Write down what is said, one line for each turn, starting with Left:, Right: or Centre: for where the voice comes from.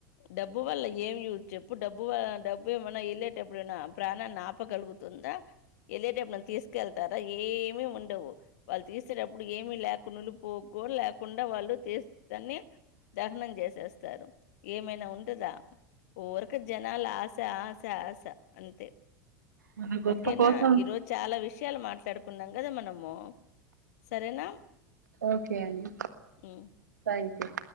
Left: డబ్బు వల్ల ఏమి యూస్ చెప్పు డబ్బు వ డబ్బు ఏమన్నా వెళ్ళేటప్పుడు ఏమన్నా నా ప్రాణాన్ని ఆపగలుగుతుందా వెళ్ళేటప్పుడు నన్ను తీసుకెళ్తాదా ఏమి ఉండవు వాళ్ళు ఆ తీసేటప్పుడు ఏమీ లేకుండా నులుపోకో లేకుండా వాళ్ళు తీ దాన్ని దహనం చేసేస్తారు ఏమైనా ఉంటదా ఓరిక జనాలు ఆశ ఆశ ఆశ అంతే
Right: మన గొప్ప
Left: ఓకేనా
Right: కోసం
Left: ఈ రోజు చాలా విష షయాలు మాట్ టడుకున్నాం కదా మనము సరేనా
Right: ఓకే అండి
Left: మ్మ్
Right: థ్యాంక్ యూ